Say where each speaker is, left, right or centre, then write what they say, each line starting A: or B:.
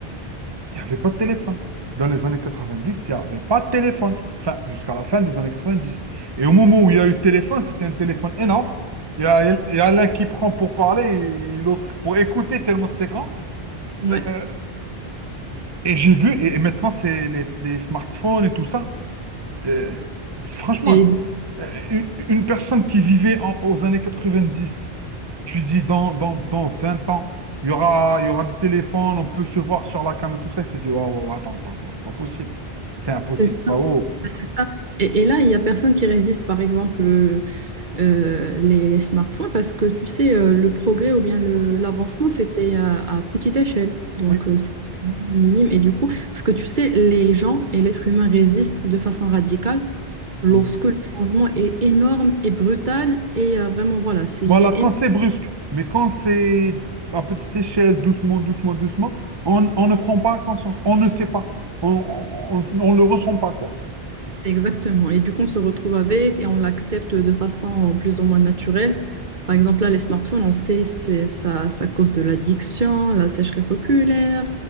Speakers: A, on the right (about 25°); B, on the right (about 50°).
A: Il n'y avait pas de téléphone. Dans les années 90, il n'y avait pas de téléphone. Enfin, jusqu'à la fin des années 90. Et au moment où il y a eu le téléphone, c'était un téléphone énorme. Il y a, il y a l'un qui prend pour parler et l'autre pour écouter, tellement c'était grand.
B: Ouais.
A: Euh, et j'ai vu, et, et maintenant, c'est les, les smartphones et tout ça. Euh, c'est- franchement,
B: Et
A: c'est- euh, une une personne qui vivait en- aux années 90 tu dis dans, dans, dans 20 ans, il y aura, il y aura des téléphones, on peut se voir sur la cam et tout ça. il tu te dis, ouais, ouais, ouais, attends, attends, attends, c'est pas possible. C'est impossible,
B: c'est
A: ça.
B: ça.
A: Oh.
B: Ouais, C'est ça. Et, et là, il n'y a personne qui résiste, par exemple, le- euh, les, les smartphones, parce que tu sais, euh, le progrès ou bien le- l'avancement, c'était à, à petite échelle. Donc,
A: Oui.
B: euh, c'était vraiment minime. Et du coup, parce que tu sais, les gens et l'être humain résistent de façon radicale lorsque
A: Mhm.
B: le changement est énorme et brutal. Et euh, vraiment, voilà, c'est,
A: Voilà,
B: il est
A: quand
B: énorme.
A: c'est brusque, mais quand c'est à petite échelle, doucement, doucement, doucement, on, on ne prend pas conscience, on ne sait pas, on ne le ressent pas, quoi.
B: C'est exactement. Et du coup, on se retrouve avec et on l'accepte de façon plus ou moins naturelle. Par
A: Mm.
B: exemple, là, les smartphones, on sait c'est ça, ça cause de l'addiction, la sécheresse oculaire,